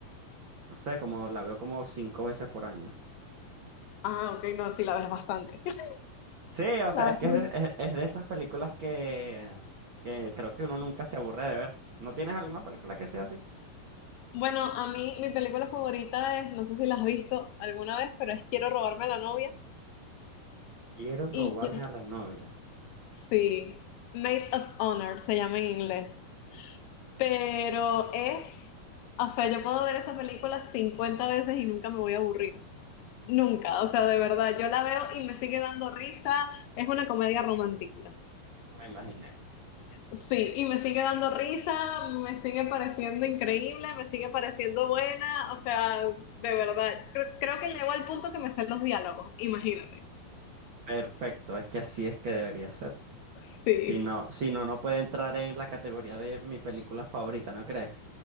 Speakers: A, on the right; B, on the left.
A: no sé, como la veo como cinco veces por año.
B: Ah, ok, no, sí, la ves bastante. <laughs>
A: Sí, o
B: La
A: sea, es que
B: ves.
A: es de, es- es de esas películas que, que creo que uno nunca se aburre de ver. ¿No tienes alguna película que sea así?
B: Bueno, a mí mi película favorita es, no sé si la has visto alguna vez, pero es Quiero robarme a la novia.
A: Quiero robarme
B: Y yo,
A: a la novia.
B: sí, Maid of Honor se llama en inglés. Pero es, o sea, yo puedo ver esa película 50 veces y nunca me voy a aburrir. Nunca, o sea, de verdad, yo la veo y me sigue dando risa. Es una comedia romántica.
A: Me imaginé.
B: Sí, y me sigue dando risa, me sigue pareciendo increíble, me sigue pareciendo buena, o sea, de verdad, creo, creo que llegó al punto que me sé los diálogos, imagínate.
A: Perfecto, es que así es que debería ser.
B: Sí,
A: Si no, si no, no puede entrar en la categoría de mi película favorita, ¿no crees?